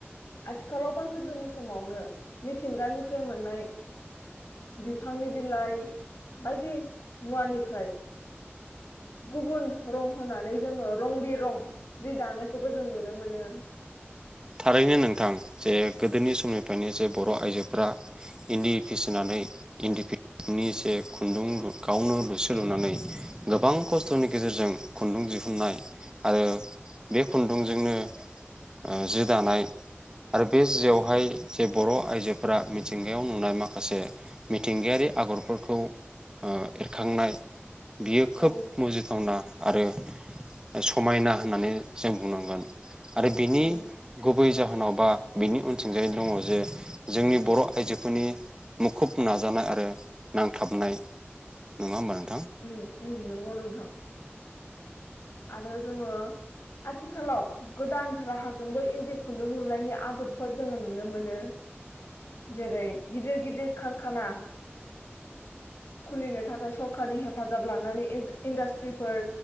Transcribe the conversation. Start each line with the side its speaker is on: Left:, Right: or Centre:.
Left: आथिखालाव बा गोदोनि समावनो मिथिंगानिफ्राय मोननाय बिफांनि बिलाइ बायदि मुवानिफ्राय गुबुन रं होनानै जोङो रं बि रं जि दानायखौबो जों नुनो मोनो।
Right: थारैनो नोंथां जे गोदोनि समनिफ्रायनो जे बर' आइजोफ्रा इन्दि फिसिनानै इन्दि फिथोब जे खुन्दुं गावनो लुसु लुनानै गोबां खस्थ'नि गेजेरजों खुन्दुं दिहुननाय आरो बे खुन्दुंजोंनो ओ जि दानाय आरो बे जियावहाय जे बर' आइजोफोरा मिथिंगायाव नुनाय माखासे मिथिंगायारि आगरफोरखौ ओ एरखांनाय बियो खोब
Left: औ
Right: मुजिद थावना आरो समायना होननानै जों बुंनांगोन। आरो बिनि
Left: औ उम
Right: गुबै जाहोनाव बा बिनि अनथिंजायनो दङ जे जोंनि बर' आइजोफोरनि मुखुब नाजानाय आरो नांथाबनाय नोङा ओमबा नों
Left: उम उम नंगौ नोंथां आरो जोङो आथिखालाव गोदान राहाजोंबो इन्दि खुन्दुं लुनायनि आदबफोर जोङो नुनो मोनो जेरै गिदिर गिदिर कारखाना खुलिनो थाखाय सरखारारनि हेफाजाब लानानै इज्द-इन्डास्ट्रिफोर